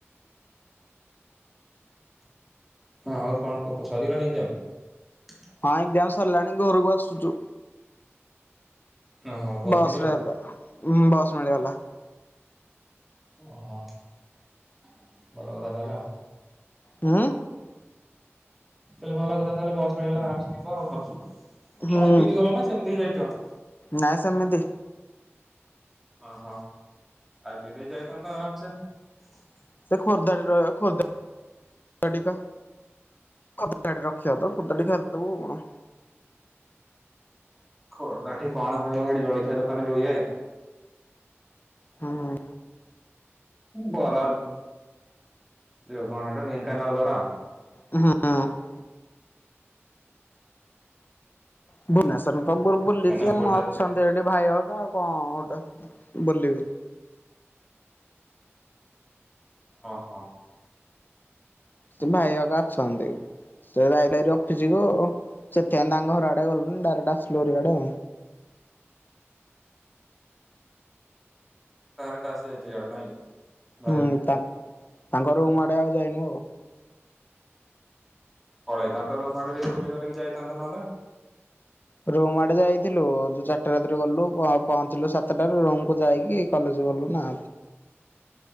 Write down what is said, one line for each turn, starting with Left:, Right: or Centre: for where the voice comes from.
Centre: <inaudible> ହଁ ଆଉ କଣ କ ସରୀରନି ଏକଦମ୍ <inaudible>
Left: ହଁ ଏଜାମ୍ ସରିଲାଣି ଘରକୁ ଆସୁଚୁ,
Centre: ଓହୋ ବସ୍
Left: ବସ
Centre: ମିଳିଗଲା
Left: <unintelligible> ହଁ ବସ ମିଳିଗଲା
Centre: ଓହୋ <inaudible> ଭଲ କଥା ତାହେଲେ ଆଉ
Left: ହୁଁ।
Centre: ତାହେଲେ ଭଲ କଥା ତାହେଲେ ବସ ମିଳଗଲା ଆରାମସେ ଯିବ ଆଉ କ
Left: ହୁଁ
Centre: ଖାଇ ପିଇକି ଗଲେ ନା ସେମିତି ଯାଇଚ? <inaudible>
Left: ନାଇଁ ସେମିତି
Centre: ଓ ହୋ ଆ ବିଦେଯାଇଥାନ୍ତ ତ ଆରାମ ସେ <inaudible>
Left: ସେ ଖୋର୍ଦ୍ଦାରେ ଖୋର୍ଦ <unintelligible> ରଖି <unintelligible> ତ ଖୋର୍ଦ୍ଧାଟି ଛାଡ଼ିଦବୁ କଣ।
Centre: ଖୋର୍ଦ୍ଧା ଠି କଣ ଖାଇବା ହେଠି ଜଳଖିଆ ଦୋକାନରେ ଯଉ ଇଏ
Left: ହୁଁ।
Centre: ବରା ଯଉ କଣ ହେଟା ଢେଙ୍କାନାଳ ବରା।
Left: ହୁଁ। ଭୁବନେଶ୍ୱରୁ ସବୁ ବୁଲିଚି।
Centre: କାହିଁକି ନା
Left: ଆମର
Centre: ଖୋର୍ଦ୍ଧା
Left: ଅଛନ୍ତି ଏଠି ଭାଇ ହ କା ଆଉ କଣ ଗୋଟେ। ବୋଲିବେ।
Centre: ଅ ହୋ।
Left: ସେ ଭାଇହକା ଅଛନ୍ତି। ସେ <unintelligible> ଅଫିସ ଯିବ। ସେଥିପାଇଁ ତାଙ୍କ ଘର ଆଡେ ଗଲୁନି। ଡାଇରେକ୍ଟ ଆସିଲୁ ହରି ଆଡ଼େ।
Centre: କାରଟା ଆସିଯାଇଛି ଆଡେ ନାଇଁ। ଭାଇ
Left: ହୁଁ ତାଙ୍କ ତାଙ୍କ ରୁମ୍ ଆଡେ ଆଉ ଯାଇନୁ ଆଉ।
Centre: ପଳେଇଥାନ୍ତ ରୁମ ଆଡ଼େ ଟିକେ ବୁଲି ବାଲିକି ଯାଇଥାନ୍ତ ନହେଲେ।
Left: ରୁମ ଆଡେ ଯାଇଥିଲୁ ଯ ଚାରିଟା ରାତିରେ ଗଲୁ, ପହଞ୍ଚିଲୁ ସାତଟାରୁ ରୁମକୁୁ ଯାଇକି କଲେଜ ଗଲୁ ନା।